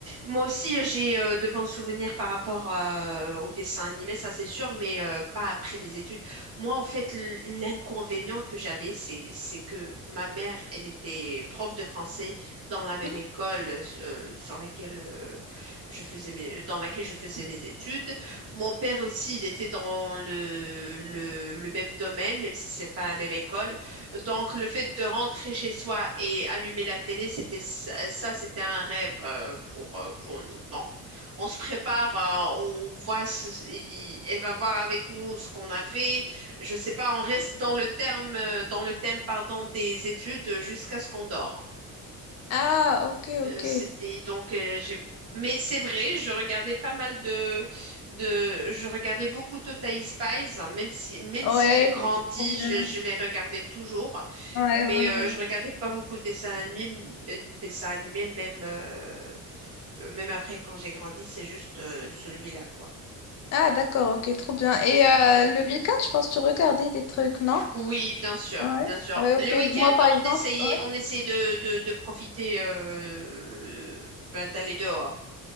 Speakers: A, on the right; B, on the left.
A: Moi aussi, j'ai euh, de bons souvenirs par rapport euh, au dessin animé, ça c'est sûr, mais euh, pas après les études. Moi, en fait, l- l'inconvénient que j'avais, c'est, c'est que ma mère, elle était prof de français dans la même
B: Mhm.
A: école euh, sur laquelle euh, je faisais mes, dans laquelle je faisais mes études. Mon père aussi, il était dans le, le, le même domaine, même si c'est pas la même école. Donc, le fait de rentrer chez soi et allumer la télé, c'était ça, ça, c'était un rêve euh, pour, euh, pour nous. Non, on se prépare, euh, on voit, ce- il- il- elle va voir avec nous ce qu'on a fait. Je sais pas, on reste dans le terme, euh, dans le thème, pardon, des études jusqu'à ce qu'on dort.
B: Ah, ok,
A: Euh,
B: ok.
A: c'était donc euh, j'ai mais c'est vrai, je regardais pas mal de de je regardais beaucoup Total Spies, hein, même si même
B: Ouais,
A: si j'ai grandi,
B: c'était trop bien.
A: je, je les regardais toujours,
B: Ouais,
A: mais
B: ouais,
A: euh,
B: ouais.
A: je regardais pas beaucoup de dessins animés, mais- dessins animés même euh, euh, même après quand j'ai grandi, c'est juste euh, celui-là quoi.
B: Ah, d'accord, ok, trop bien. Et euh, le week-end, je pense que tu regardais des trucs, non?
A: Oui, bien sûr,
B: Ouais,
A: bien sûr.
B: ouais, ok.
A: Le week-end,
B: Moi, par
A: on
B: exemple,
A: essayait
B: ouais,
A: on essayait de de, de profiter euh, ben, d'aller dehors.